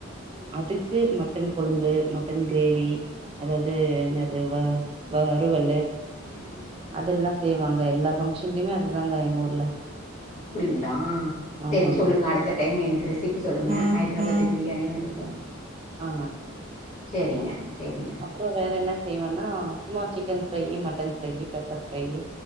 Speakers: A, on the left (about 35°); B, on the right (about 25°).
A: ம்
B: அதுக்கு
A: ம்
B: மட்டன் கொழம்பு மட்டன் கிரேவி அதாவது என்னது வ வருவலு
A: ம் ம்
B: அதெல்லா செய்வாங்க எல்லா பங்க்ஷன்லயுமே அதுதாங்க எங்க ஊர்ல
A: அப்டிங்ளா
B: ஆமாங்க
A: செரி சொல்லுங்க அடுத்த டைம் எனக்கு ரெசிபி சொல்லுங்க
B: ம்
A: ஹைட்ராபாத்தி
B: ம்
A: பிரியாணியு இதுவோ
B: ஆ
A: செரிங்க செரிங்க
B: அப்றோ வேற என்ன செய்வேன்னா சும்மா chicken fry mutton fry pepper fry